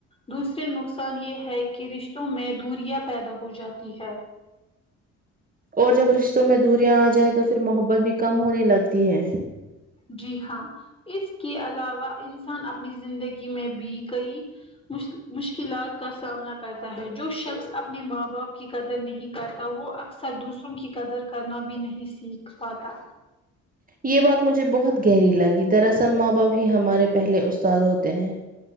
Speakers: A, on the left (about 20°); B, on the right (about 30°).
A: دوسرے نقصان یہ ہے کہ رشتوں میں دوریا پیدا ہو جاتی ہے
B: اور جب رشتوں میں دوریاں آ جائیں تو پھر محبت بھی کم ہونے لگتی ہے
A: جی ہاں اس کے علاوہ انسان اپنی زندگی میں بھی کئی مشکلات کا سامنا کرتا ہے جو شخص اپنے ماں باپ کی قدر نہیں کرتا وہ اکثر دوسروں کی قدر کرنا بھی نہیں سیکھ پاتاتا
B: یہ بات مجھے بہت گہری لگی دراصل ماں باپ ہی ہمارے پہلے استاد ہوتے ہیں